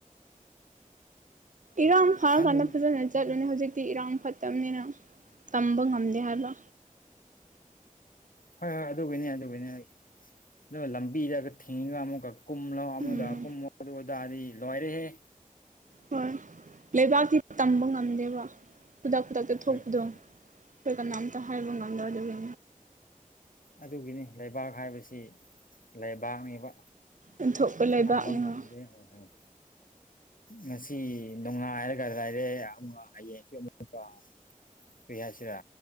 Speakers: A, on the right; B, on the left.
A: ꯏꯔꯥꯡ ꯐꯥꯔꯀꯥꯟꯗ
B: ꯈꯪ
A: ꯐꯖꯅ ꯆꯠꯂꯨꯅꯦ ꯍꯧꯖꯤꯛꯇꯤ ꯏꯔꯥꯡ ꯐꯠꯇꯕꯅꯤꯅ ꯇꯝꯕ ꯉꯝꯗꯦ ꯍꯥꯏꯕ
B: ꯍꯣꯏ ꯍꯣꯏ ꯑꯗꯨꯕꯨꯅꯦ ꯑꯗꯨꯕꯨꯅꯤ ꯑꯩ ꯑꯗꯨꯒ ꯂꯝꯕꯤꯗꯒ ꯊꯤꯡꯉꯒ ꯑꯃꯨꯛꯀ ꯀꯨꯝꯂꯣ ꯑꯃꯨꯛꯗ
A: ꯎꯝ
B: ꯀꯨꯝꯃꯣ ꯑꯗꯨꯗꯥꯗꯤ ꯂꯣꯏꯔꯦꯍꯦ ꯎ
A: ꯍꯣꯏ ꯂꯩꯕꯥꯛꯀꯤꯗꯤ ꯇꯝꯕ ꯉꯝꯗꯦꯕ ꯈꯨꯗꯛ ꯈꯨꯗꯛꯇ ꯊꯣꯛꯄꯗꯣ
B: ꯍꯣꯏ ꯍꯣꯏ ꯍꯣꯏ
A: ꯑꯩꯈꯣꯏ ꯀꯅꯥꯝꯇ ꯍꯥꯏꯕ ꯉꯝꯗꯣꯏ ꯑꯗꯨꯒꯤ
B: ꯑꯗꯨꯒꯤꯅꯤ ꯂꯩꯕꯥꯛ ꯍꯥꯏꯕꯁꯤ ꯂꯩꯕꯥꯛꯅꯤꯕ
A: ꯑꯣꯟꯊꯣꯛꯄ ꯂꯩꯕꯥꯛꯅꯤꯅ
B: ꯇꯝꯝꯕ ꯉꯝꯗꯦ ꯍꯣꯏ ꯍꯣꯏ ꯉꯁꯤ ꯅꯨꯡꯉꯥꯏꯔꯒ ꯍꯥꯏꯔꯦ ꯌꯥꯝꯨ ꯍꯌꯦꯡꯀ ꯀꯩꯌꯥꯁꯤꯔ